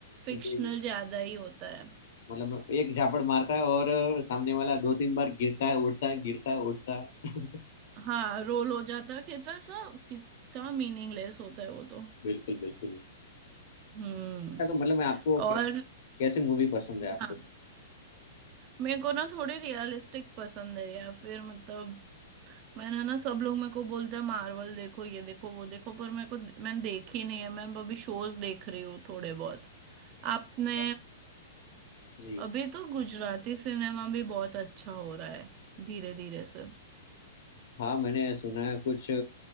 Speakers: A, on the right (about 25°); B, on the left (about 55°).
A: फिक्शनल
B: जी
A: ज्यादा ही होता है
B: मतलब एक झापड़ मारता है और सामने वाला दो तीन बार गिरता है उठता है गिरता है उठता है
A: हाँ रोल हो जाता है कितना सा कितना मीनिंगलेस होता है वो तो
B: बिल्कुल बिल्कुल
A: हम्म
B: अच्छा तो मतलब मैं आपको
A: और
B: कैसे, कैसे मूवी पसंद है आपको
A: हाँ मेरे को ना थोड़ी रियलिस्टिक पसंद है या फिर मतलब मैंने ना सब लोग मेरे को बोलते हैं मार्वल देखो ये देखो वो देखो पर मेरे को मैंने देखी नहीं है मैं अभी शोज देख रही हूँ थोड़े बहुत आपने
B: इसका जी
A: अभी तो गुजराती सिनेमा भी बहुत अच्छा हो रहा है धीरे धीरे से
B: हाँ मैंने सुना है कुछ अ,